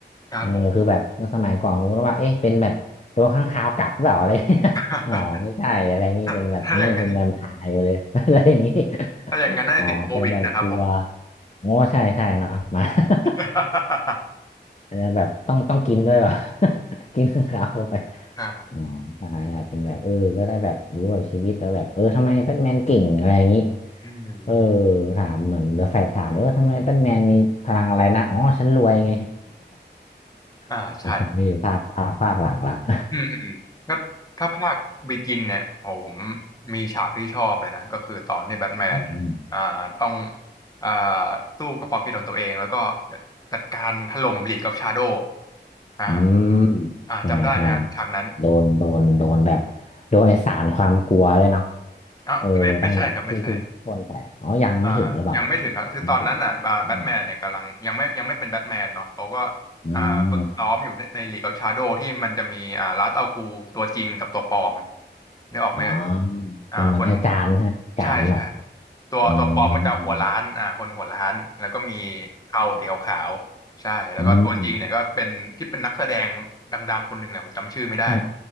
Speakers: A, on the left; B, on the left.
A: ครับผม
B: เออคือแบบเมื่อสมัยก่อนผมก็ว่าเอ๊ะเป็นแบบโดนค้างคาวกัดหรือเปล่าอะไรเงี้ย
A: <laughs>
B: <laughs> อ๋อไม่ใช่อะไรอย่างงี้เป็นแบบนู่นเป็นแวมไพร์ไปเลย
A: ถ้าอย่างนั้น
B: <laughs> อะไรอย่างงี้
A: ถ้าอย่างนั้นน่าจะติดโควิดนะครับผม
B: อ๋อเป็นแบบกลัว โอ้ใช่ใช่เนาะหมา
A: <laughs>
B: <laughs> อาจจะแบบต้องต้องกินด้วยว่ะ <laughs> กินข้าวเข้าไป
A: อ่า
B: อ๋อใช่ใช่เป็นแบบเออก็ได้แบบรู้แบบชีวิตแล้วแบบเออทำไมแบทแมนเก่งอะไรอย่างนี้
A: อืม
B: เออถามเหมือนเดอะแฟลชถามเออทำไมแบทแมนมีพลังอะไรนะอ๋อฉันรวยไง
A: อ่าใช่
B: <laughs> มีอยู่ภาคภาคภาคหลังละ <laughs>
A: อืมอืมก็ถ้าภาคบิกินเนี่ยโหผมมีฉากที่ชอบเลยนะก็คือตอนที่แบทแมนเนี่ยอ่าต้อง
B: อืม
A: อ่าสู้กับความคิดของตัวเองแล้วก็จัดการถล่มลีกออฟชาโดว์อ่า
B: อืม
A: อ่าจำได้ไหมฮะฉากนั้น
B: ใช่ใช่โดนโดนโดนแบบโดนไอสารความกลัวเลยเนาะ
A: อ่ะไม่ไม่ใช่ครับไม่ใช่
B: เออต้องแบบที่ที่พ่นไปอ๋อยังไม่ถึงหรือเปล่า
A: อ่ายังไม่ถึงครับคือตอนนั้นอ่ะแบทแมนเนี่ยกำลังยังไม่ยังไม่เป็นแบทแมนเนาะเขาก็
B: ยังไม่ถึงอืมอื
A: อ่าฝึกซ้อมอยู่ในในลีก
B: ม
A: e of ชาโด o w ที่มันจะมีอ่าลาสอัลกูตัวจริงกับตัวปลอมนึกออกไหมเอ่ย
B: อ๋อ
A: อ่าคน
B: เป็นเหมือนอาจารย์ใช่ไหมอาจารย์เปล่า
A: ใช่ใช่ตัวตัวปลอมก็จะหัวล้านอ่าคนหัวล้านแล้วก็มี
B: อ๋ออืม
A: เทาสีขาวๆใช่แล้วก็ตัวจริงเนี่ยก็เป็นที่เป็นนักแสดงดังๆคนหนึ่งแหละผมจำชื่อไม่ได้
B: อืมอ่ะ